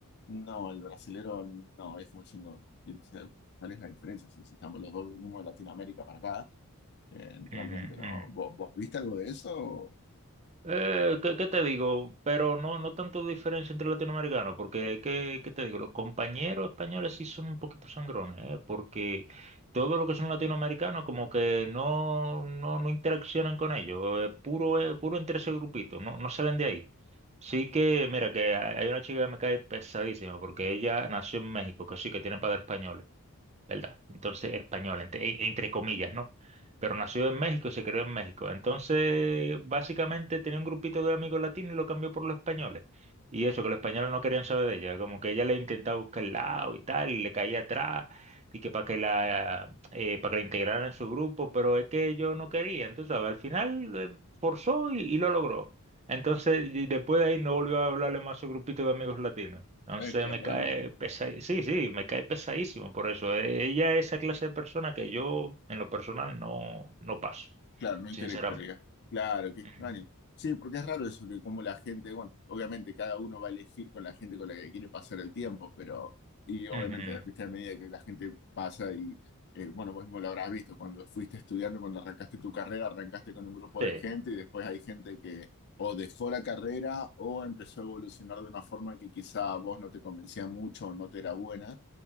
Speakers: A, on the left; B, on the right.
A: no, el brasilero, no, es como diciendo, y él decía, ¿cuál es la diferencia? Si estamos los dos venimos de Latinoamérica para acá, eh, realmente
B: ujú,
A: no.
B: ujú.
A: ¿Vos, vos viste algo de eso?
B: Eh, ¿qué, qué te digo? Pero no, no tanto diferencia entre latinoamericanos, porque ¿qué, qué te digo? Los compañeros españoles sí son un poquito sangrones, ¿eh? Porque todo lo que son latinoamericanos como que no, no, no interaccionan con ellos, eh, puro, eh, puro entre ese grupito, no, no salen de ahí. Sí que, mira, que hay hay una chica que me cae pesadísima, porque ella nació en México, que sí, que tiene padres españoles. ¿verdad? Entonces, español, entre, entre comillas, ¿no? Pero nació en México y se creó en México. Entonces, básicamente tenía un grupito de amigos latinos y lo cambió por los españoles. Y eso, que los españoles no querían saber de ella, como que ella le intentaba buscar el lado y tal, y le caía atrás, y que para que la, eh, para que la integraran en su grupo, pero es que ellos no querían, tú sabes, al final eh, forzó y, y lo logró. Entonces, y después de ahí no volvió a hablarle más a su grupito de amigos latinos. Entonces
A: Eh, qué
B: me
A: raro.
B: cae pesadísimo. Sí, sí, me cae pesadísimo por eso. E- Ella es esa clase de persona que yo en lo personal no, no paso,
A: Claro, no interactuaría.
B: sinceramente.
A: Claro, qué extraño.
B: Ujú,
A: Sí, porque es raro eso, que como la gente, bueno, obviamente cada uno va a elegir con la gente con la que quiere pasar el tiempo, pero, y obviamente,
B: ujú,
A: viste, a medida que la gente pasa y, eh, bueno, vos mismo lo habrás visto, cuando fuiste estudiando, cuando arrancaste tu carrera, arrancaste con un grupo
B: Sí.
A: de gente y después hay gente que o dejó la carrera o empezó a evolucionar de una forma que quizá a vos no te convencía mucho o no te era buena.